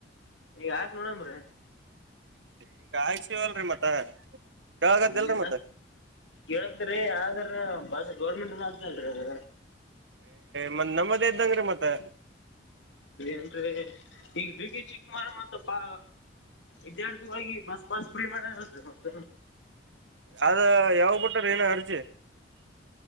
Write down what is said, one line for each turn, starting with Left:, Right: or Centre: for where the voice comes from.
Left: ಈಗ ಹಾಕ್ ನೋಡಂಬ್ರ
Right: ಈಗ ಆಯಸವಲ್ರರಿ ಮತ್ತ ಕೇಳಗದಲ್ರಿ
Left: ಏ
Right: ಮತ್ತ
Left: ಹೇಳಂತ್ರರಿ ಯ ಅದ ಬಸ್ ಗೌರ್ಮೆಂಟ್ ಅ ಆತಲ್ರಿ ಅದ
Right: ಮ್ ನಮ್ಮದೇ ಇದ್ದಂಗ್ರೀ ಮತ್ತೆ
Left: ಅಂದ್ರೆ ಈಗ ಗ ಚಿಕ್ಕ ಮಾರ ಮಪ್ಪಾ ವಿದ್ಯಾರ್ಥಿಾಗಿ ಬಸ್ ಪಾಸ್ ಫ್ರೀ ಮಾಡ ಮತ್ತ
Right: ಆದ ಯಾವಾಗ ಬಿಟ್ಟ್ರ ಏನ ಅರ್ಜಿ